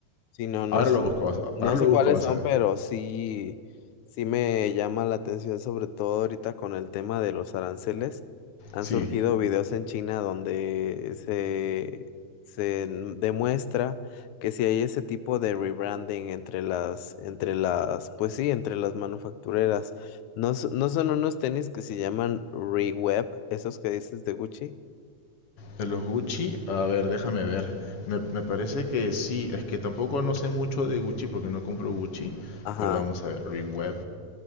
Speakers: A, on the left; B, on the left.
A: sí, no, no
B: Ahora lo busco, vas a-
A: No
B: ahora lo
A: sé cuáles
B: busco, vas
A: son,
B: a ver.
A: pero sí, sí me llama la atención, sobre todo ahorita con el tema de los aranceles. Han
B: Sí.
A: surgido videos en China donde se, se n- demuestra que si hay ese tipo de rebranding entre las, entre las, pues sí, entre las manufactureras. No, so- no son unos tenis que se llaman Reweb, esos que dices de Gucci.
B: De los Gucci, a ver, déjame ver. Me, me parece que sí, es que tampoco no sé mucho de Gucci porque no compro Gucci,
A: Ajá.
B: pero vamos a ver, Reweb.